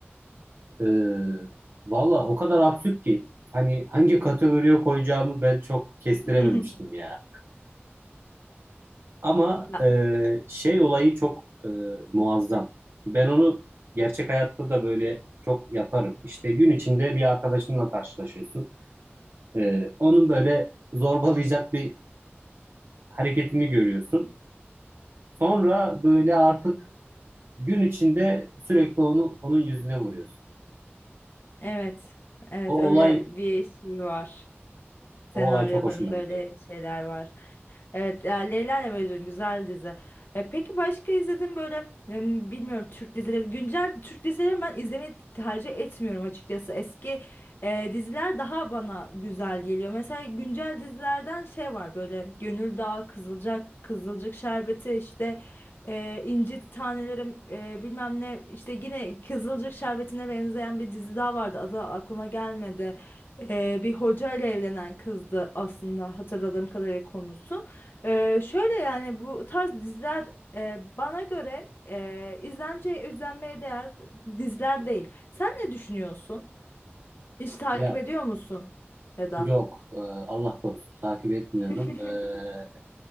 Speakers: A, on the right (about 55°); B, on the left (about 55°).
A: Ee, valla o kadar absürt ki hani hangi kategoriye koyacağımı ben çok kestirememiştim
B: <laughs>
A: ya. Ama
B: Ya,
A: e, şey olayı çok e, muazzam. Ben onu gerçek hayatta da böyle çok yaparım. İşte gün içinde bir arkadaşınla karşılaşıyorsun. Ee, onun böyle zorbalayacak bir hareketini görüyorsun. Sonra böyle artık gün içinde sürekli onu onun yüzüne vuruyorsun.
B: evet. Evet
A: O
B: öyle
A: olay
B: bir şey var. Senaryolarında
A: O olay çok hoşuma gidiyor.
B: öyle şeyler var. Evet, ya Leyla ile Mecnun güzel dizi. E, peki başka izledim böyle em, bilmiyorum Türk dizileri. Güncel Türk dizileri ben izlemeyi tercih etmiyorum açıkçası. Eski e, diziler daha bana güzel geliyor. Mesela güncel dizilerden şey var böyle Gönül Dağı, Kızılcık, Kızılcık Şerbeti işte e, İnci Tanelerim e, bilmem ne işte yine Kızılcık Şerbeti'ne benzeyen bir dizi daha vardı. Adı aklıma gelmedi. Ee, bir hoca ile evlenen kızdı aslında hatırladığım kadarıyla konusu. Ee, şöyle yani bu tarz diziler e, bana göre e, izlence izlenmeye değer diziler değil. Sen ne düşünüyorsun? Hiç takip
A: Ya
B: ediyor musun ya da?
A: yok e, Allah korusun takip etmiyorum.
B: <laughs>
A: E,